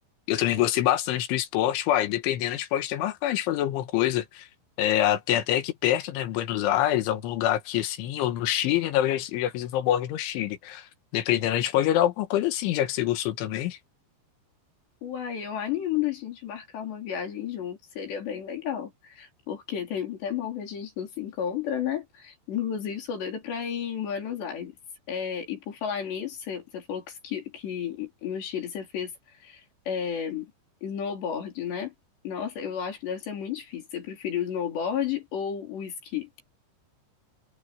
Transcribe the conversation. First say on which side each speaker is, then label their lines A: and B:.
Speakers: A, on the left; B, on the left.
A: eu também gostei bastante do esporte. Uai, dependendo, a gente pode ter marcado de fazer alguma coisa. É, a- tem até aqui perto, né? Buenos Aires, algum lugar aqui assim, ou no Chile, na verdade eu já fiz um snowboard no Chile. Dependendo, a gente pode olhar alguma coisa assim, já que você gostou também.
B: Uai, eu animo da gente marcar uma viagem junto, seria bem legal. Porque tem um tempão que a gente não se encontra, né? Inclusive, sou doida pra ir em Buenos Aires. É, e por falar nisso, você você falou que, esqui- que no Chile você fez é, snowboard, né? Nossa, eu acho que deve ser muito difícil. Você preferiu o snowboard ou o esqui?